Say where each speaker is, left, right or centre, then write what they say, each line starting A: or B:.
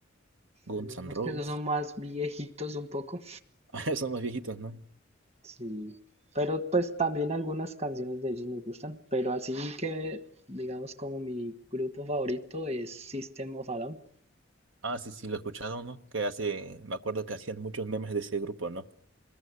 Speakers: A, on the right; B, on the right.
A: Guns
B: pues digamos
A: N' Roses.
B: que esos son más
A: <laughs>
B: viejitos un poco.
A: Ah, Son más viejitos, ¿no?
B: Sí, pero pues también algunas canciones de ellos me gustan. Pero así que, digamos, como mi grupo favorito es System of a Down.
A: Ah, sí, sí, lo he escuchado, ¿no? Que hace, me acuerdo que hacían muchos memes de ese grupo, ¿no?